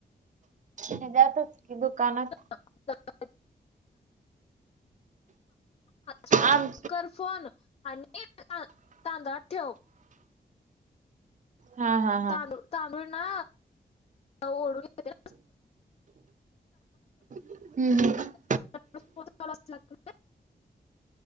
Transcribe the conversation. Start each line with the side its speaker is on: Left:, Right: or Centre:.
Right: हे जाातो क दुकानत
Left: <unintelligible> स्
Right: आम
Left: कर फोन आणि ददा ठेव.
Right: हा हा हा.
Left: तांदूळ तांदूळ ना ओढून घ.
Right: हम् हम्.
Left: <unintelligible>